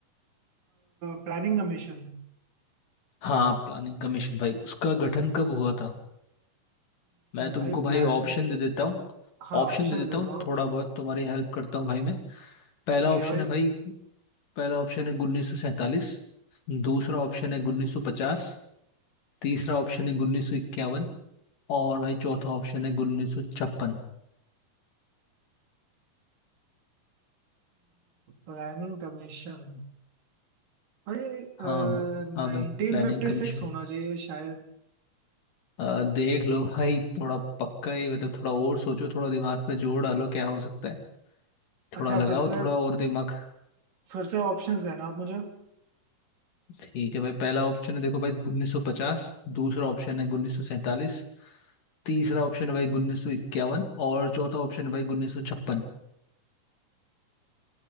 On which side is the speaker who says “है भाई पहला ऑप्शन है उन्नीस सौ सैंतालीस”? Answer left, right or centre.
Left